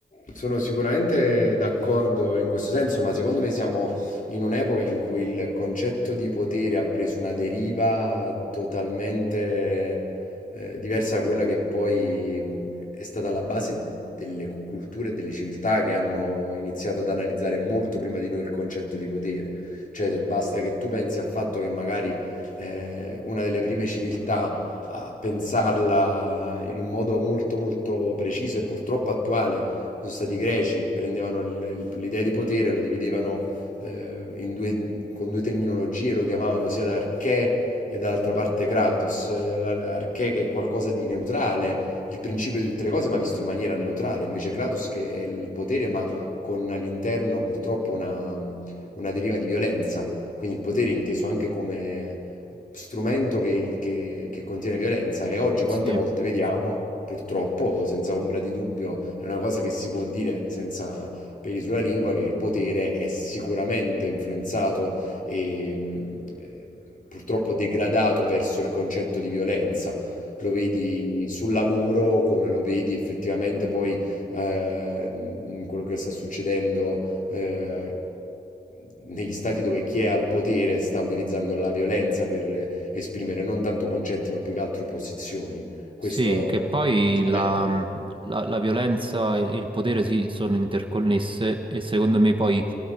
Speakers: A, on the left; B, on the right.
A: sono sicuramente d'accordo in questo senso, ma secondo me siamo in un'epoca in cui il concetto di potere ha preso una deriva totalmente eh, diversa da quella che poi mh, è stata la base delle culture e delle civiltà che hanno iniziato ad analizzare molto prima di noi il concetto di potere. Cioè, basta che tu pensi al fatto che magari eh, una delle prime civiltà a pensarla in un modo molto molto preciso e purtroppo attuale. Sono stati i greci, prendevano il- il- l'idea di potere, lo dividevano eh, in due- con due terminologie, lo chiamavano sia da archè e dall'altra parte kratos. Eh, la- Archè che è qualcosa di neutrale, il principio di tutte le cose, ma visto in maniera neutrale, invece kratos che è il potere, ma con all'interno purtroppo una una deriva di violenza. Quindi il potere inteso anche come strumento che, che- che contiene violenza e oggi quante
B: Sì.
A: volte vediamo, purtroppo, senza ombra di dubbio, è una cosa che si può dire senza peli sulla lingua, che il potere è sicuramente influenzato e mh, eh, purtroppo degradato verso il concetto di violenza. Lo vedi sul lavoro, come lo vedi effettivamente poi eh, in quello che sta succedendo eh, negli stati dove chi è al potere sta utilizzando la violenza per esprimere non tanto concetti, ma più che altro posizioni. Questo
B: Sì, che poi
A: effettivamente.
B: la, mhmm, la- la violenza e il potere sì, sono interconnesse e secondo me poi